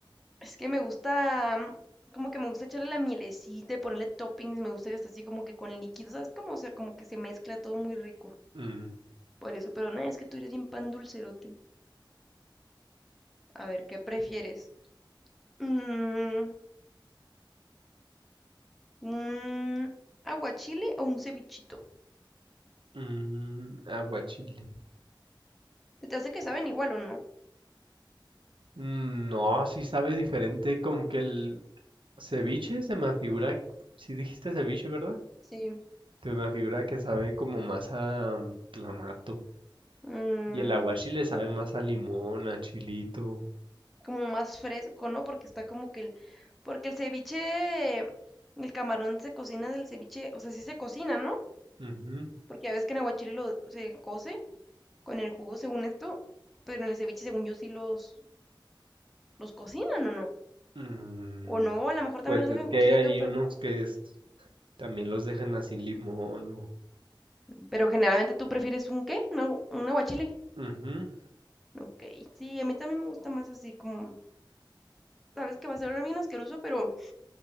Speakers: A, in the centre; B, on the right.
A: Es que me gusta, mm, como que me gusta echarle la mielecita y ponerle toppings. Me gusta que esté así como que con líquidos, ¿sabes? Como, o sea, como que se mezcla todo muy rico.
B: Mm,
A: Por eso, pero no, es que tú eres bien pan dulcerote. A ver, ¿qué prefieres? Mm, ¿un aguachile o un cevichito?
B: mm, aguachile.
A: ¿Se te hace que saben igual o no?
B: Mm, no, sí sabe diferente. Como que el ceviche se me afigura. Si dijiste ceviche, ¿verdad?
A: Sí.
B: Se me afigura que sabe como más a mm, clamato.
A: mm,
B: Y el aguachile sabe más a limón, a chilito.
A: como más fresco, ¿no? Porque está como que el... Porque el ceviche, el camarón se cocina del ceviche, o sea, sí se cocina, ¿no?
B: Ujú.
A: Porque ya ves que en aguachile lo se cose con el jugo según esto, pero en el ceviche según yo sí los, los cocinan o no.
B: Mm,
A: O no, a lo mejor
B: pues
A: también los
B: es
A: dejan cociendo,
B: que hay
A: pero...
B: unos que es- también los dejan así limón. o-
A: Pero generalmente tú prefieres un qué? ¿Un, agu- un aguachile?
B: Ujú.
A: Ok, sí, a mí también me gusta más así como sabes que va a ser bien asqueroso, pero